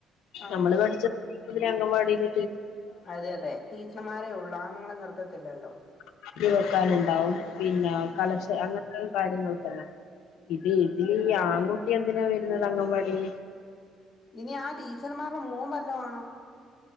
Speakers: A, on the left; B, on the left.
A: ആ
B: നമ്മള് പഠിച്ച <unintelligible> അംഗൻവാടിയില്
A: അതെ അതെ ടീച്ചർമാരെയ ഉ ആണുങ്ങളെ നിർത്ത പത്തില്ലല്ലോ
B: <unintelligible> വെക്കാനുണ്ടാവും പിന്നെ കളക്ഷൻ
A: ഉം
B: അങ്ങനെ കാര്യങ്ങൾക്കെല്ലാം ഇത് ഇതില് ഈ ആൺകുട്ടി എന്തിനാ വരുന്നത് അങ്കൻവാടിൽ
A: ഇനി ആ ടീച്ചർമാരുടെ മോ വല്ലമാണ് <unintelligible>